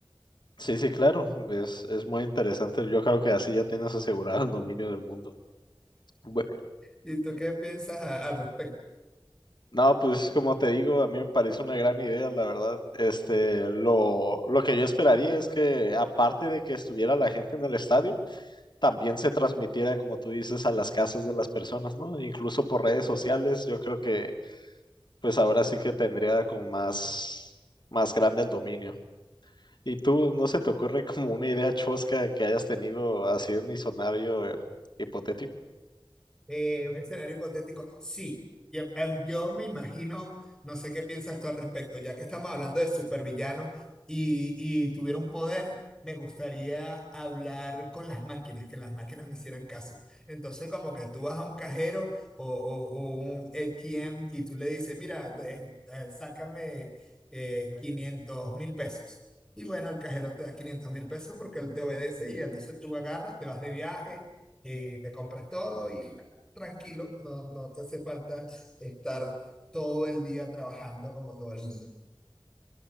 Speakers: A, on the left; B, in the centre.
A: Sí, sí, claro, es, es muy interesante. Yo creo que así ya tienes asegurado el dominio del mundo. Bue-
B: ¿Y tú qué piensas a- al respecto?
A: no, pues como te digo, a mí me parece una gran idea, la verdad. Este, lo, lo que yo esperaría es que, aparte de que estuviera la gente en el estadio, también se transmitiera, como tú dices, a las casas de las personas, ¿no? Incluso por redes sociales, yo creo que, pues ahora sí que tendría como más, más grande el dominio. ¿Y tú, no se te ocurre como una idea chosca que hayas tenido así un escenario eh, hipotético?
B: Eh, un escenario hipotético, sí. Y, em, yo me imagino, no sé qué piensas tú al respecto, ya que estamos hablando de supervillanos y, y tuviera un poder, me gustaría hablar con las máquinas, que las máquinas me hicieran caso. Entonces, como que tú vas a un cajero o, o- o un ATM y tú le dices, mira, eh, eh, sácame eh, 500 mil pesos. Y bueno, el cajero te da quinientos mil pesos porque él te obedece y entonces tú agarras, te vas de viaje y te compras todo y tranquilo, no, no te hace falta estar todo el día trabajando como todo el mundo.